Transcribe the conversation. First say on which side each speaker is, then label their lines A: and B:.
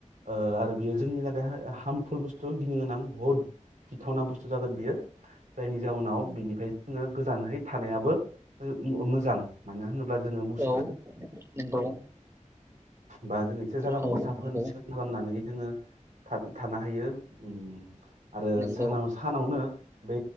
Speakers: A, on the right (about 75°); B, on the right (about 20°).
A: ओ आरो बेयो जोंनि थाखाय हार्मफुल बुस्थु गिनो गोनां बुहुद गिथावना बुस्थु जागोन बियो जायनि जाउनाव बिनिफ्राय जोङो गोजानहै थानायाबो मो-मोजां मानो होनो ब्ला जोङो मुस्रि
B: औ
A: था
B: नंगौ
A: बा जों एसे जायगाफोरखौ
B: औ
A: साखोन
B: नंगौ
A: सिखोन खालामनानै जोङो थाब थानो हायो। ओम आरो
B: नंगौ
A: सानाव सानावनो बै